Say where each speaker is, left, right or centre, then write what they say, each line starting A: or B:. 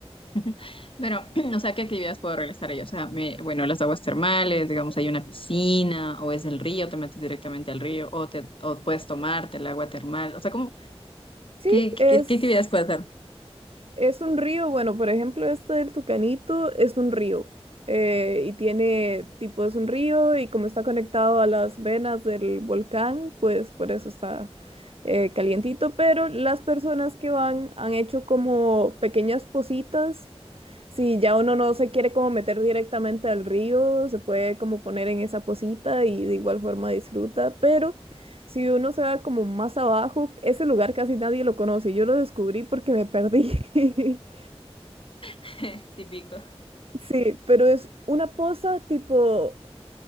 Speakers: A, on the left; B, on the right.
A: <laughs> Pero, <clears throat> o sea, ¿qué actividades puedo realizar ahí? O sea, me- bueno, las aguas termales, digamos, hay una piscina o es el río, te metes directamente al río o te o puedes tomarte el agua termal, o sea, como
B: Sí,
A: qué, qué,
B: es.
A: qué actividades puedes hacer?
B: Es un río, bueno, por ejemplo, este del Tucanito es un río. eh, y tiene, tipo, es un río y como está conectado a las venas del volcán, pues por eso está eh, calientito. Pero las personas que van han hecho como pequeñas positas si ya uno no se quiere como meter directamente al río, se puede como poner en esa posita y de igual forma disfruta, pero si uno se va como más abajo, ese lugar casi nadie lo conoce. Yo lo descubrí porque me perdí. <laughs>
A: <laughs> Típico.
B: Sí, pero es una poza tipo,